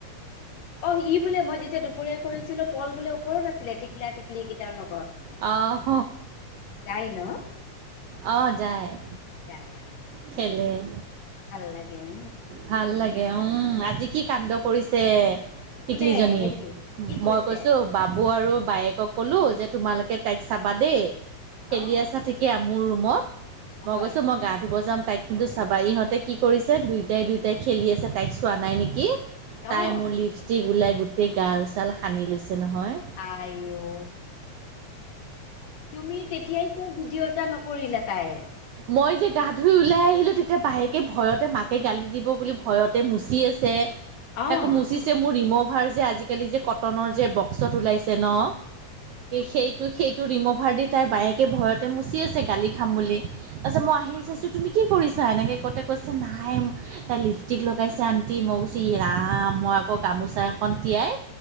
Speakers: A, on the left (about 65°); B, on the right (about 90°).
A: অ', সি বোলে মই যেতিয়া দুপৰীয়া কৰিছিলো পল বোলে ওপৰত আছিলে টিকলা টিকলি কেইটাৰ লগত।
B: আহ
A: যায় ন?
B: অ', যায়।
A: যায় যায়,
B: খেলে
A: ভাল লাগে ওম
B: ভাল লাগে, উম আজি কি কাণ্ড কৰিছে টিকলিজনী,
A: কোনে হেৰি কি কৰিছে
B: মই কৈছো বাবু আৰু বায়েকক ক'লো যে তোমালোকে তাইক চাবা দেই, খেলি
A: অ',
B: আছা ঠিক- কিয়া মোৰ ৰুমত, মই
A: হয়
B: গৈছো মই- গা ধুব যাম তাইক কিন্তু চাবা ইহঁতে কি কৰিছে দুইটাই দুইটাই খেলি আছে তাইক চোৱা নাই নেকি?
A: অ',
B: তাই মোৰ লিপষ্টিক ওলাই গোটেই গাল চাল সানি লৈছে নহয়
A: আই অ, তুমি তেতিয়াই কিয় ভিডিঅ' এটা নক- কৰিলে তাই
B: মই যে গা ধুই ওলাই আহিলো তেতিয়া বাহেকে ভয়তে মাকে গালি দিব বুলি ভ ভয়তে মচি আছে
A: অ',
B: তাকো মুচিছে মোৰ ৰিম'ভাৰ যে আজিকালি যে কটনৰ যে ওচৰত ওলাই ন' সেইটো সেইট টো ৰিম'ভাৰ দি তাই বায়েকে ভয়তে মুচি আছে গালি খাম বুলি তাৰপিছত মই আহি চাইছোঁ। তুমি কি কৰিছা এনেকে কওঁঁতে কৈছে নাই তাই লিপষ্টিক লগাইছে আণ্টি মই কৈছোঁ ইৰাম মই আকৌ গামোচা এখন তিয়াই